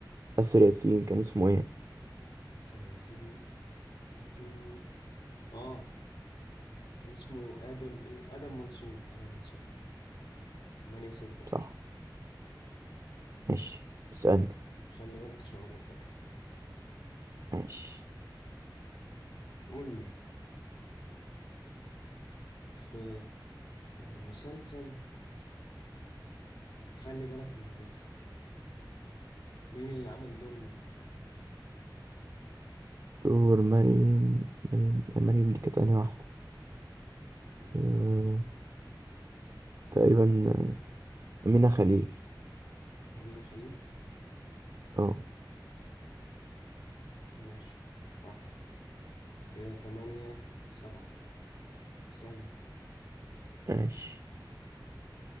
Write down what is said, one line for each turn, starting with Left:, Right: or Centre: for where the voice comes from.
Right: آسر ياسين كان اسمه ايه
Left: أحسن ياسين ياسين آه كان اسمه آدم إيه آدم منصور آدم منصور صح تمانية ستة كده
Right: صح ماشي اسألني
Left: خلي بالك عشان قربت أكسب
Right: ماشي
Left: قول لي في مسلسل خلي بالك من زيزي مين اللي عمل دور مريم
Right: دور مريم مريم مريم دي كانت أنهي واحدة
Left: اللي
Right: أه...
Left: هي البطلة
Right: تقريبا آه، أمينة خليل
Left: أمينة خليل
Right: اه
Left: ماشي صح كده تمانية سبعة اسألني
Right: ماشي